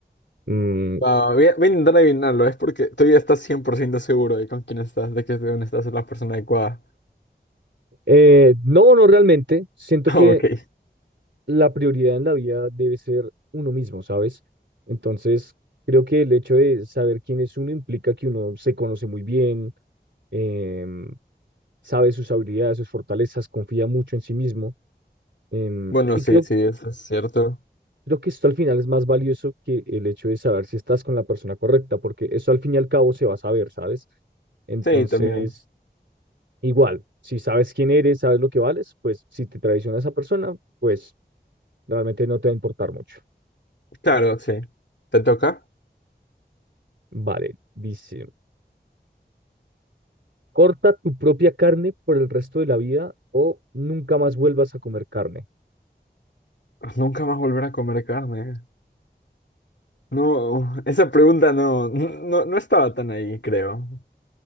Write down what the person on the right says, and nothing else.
Mm,
eh, no, no realmente. Siento
que
la prioridad en la vida debe ser uno mismo, ¿sabes? Entonces, creo que el hecho de saber quién es uno implica que uno se conoce muy bien, em, sabe sus habilidades, sus fortalezas, confía mucho en sí mismo. em,
y
creo,
creo que esto al final es más valioso que el hecho de saber si estás con la persona correcta, porque eso al fin y al cabo se va a saber, ¿sabes? Entonces,
igual, si sabes quién eres, sabes lo que vales, pues si te traiciona esa persona, pues realmente no te va a importar mucho.
Vale, dice, corta tu propia carne por el resto de la vida o nunca más vuelvas a comer carne.